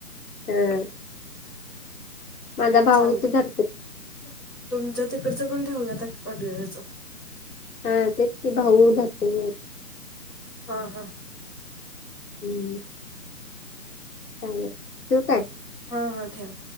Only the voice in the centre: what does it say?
चालतंय
तुमच्या तिकडच पण ठेवल्यात पाडल्या याच.
हा हा
हा हा ठेव.